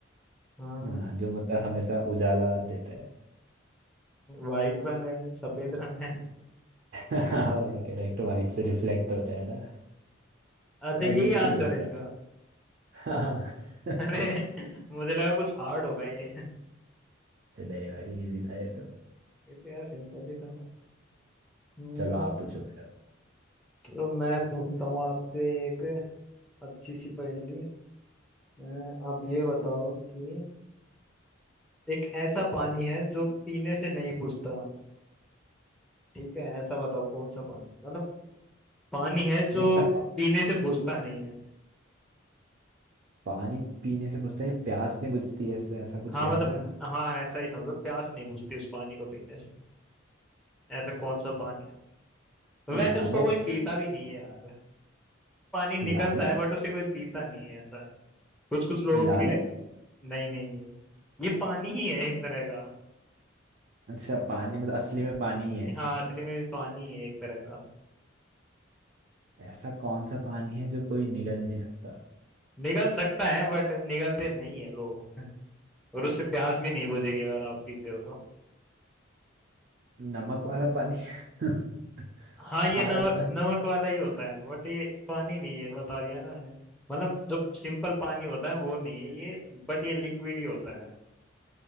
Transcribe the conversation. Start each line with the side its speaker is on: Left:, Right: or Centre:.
Centre: हाँ
Right: हाँ जो मतलब हमेशा उजाला देता है
Centre: वाइट रंग है सफेद रंग है
Right: <laughs> हाँ भाई करेक्ट वाइट से रिफ्लेक्ट होता है ना <laughs>
Centre: अच्छा यही
Right: अजीब सी
Centre: आंसर
Right: भूत
Centre: है
Right: था
Centre: इसका
Right: हाँ। <laughs>
Centre: अरे मुझे लगा कुछ हार्ड होगा ये
Right: नहीं भाई इजी था ये तो
Centre: ये तो यार सिंपल ही था हम्म,
Right: चलो आप पूछो फिर अब।
Centre: तो मैं पूछता हूँ आपसे एक अच्छी सी पहेली अ, आप ये बताओ कि एक ऐसा पानी है जो पीने से नहीं बुझता ठीक है ऐसा बताओ कौन सा पानी मतलब पानी है
Right: मतलब
Centre: जो
Right: आप
Centre: पीने से बुझता नहीं है
Right: पानी पीने से बुझता है या प्यास नहीं बुझती है ऐसा ऐसा कुछ
Centre: हाँ
Right: कह
Centre: मतलब
Right: रहे हो क्या
Centre: हाँ ऐसा ही समझो प्यास नहीं बुझती उस पानी को पीने से ऐसा कौन सा पानी है वैसे
Right: लालच
Centre: उसको कोई पीता भी नहीं है यार पानी निकलता
Right: लालच
Centre: है बट उसे कोई पीता नहीं है ऐसा है कुछ कुछ लोगों
Right: लालच
Centre: के नहीं नहीं नहीं ये पानी ही है एक तरह का
Right: अच्छा पानी मतलब असली में पानी ही है
Centre: हाँ असली में भी पानी ही है एक तरह का
Right: ऐसा कौन सा पानी है जो कोई निगल नहीं सकता
Centre: निगल सकता है बट निगलते नहीं है लोग और उससे प्यास भी नहीं बुझेगी अगर आप पीते हो तो
Right: नमक वाला पानी <laughs>
Centre: हाँ ये
Right: खारा
Centre: नमक
Right: पानी
Centre: नमक वाला ही होता है बट ये पानी नहीं है बता दिया ना मैंने मतलब जो सिंपल पानी होता है वो नहीं है ये बट ये लिक्विड ही होता है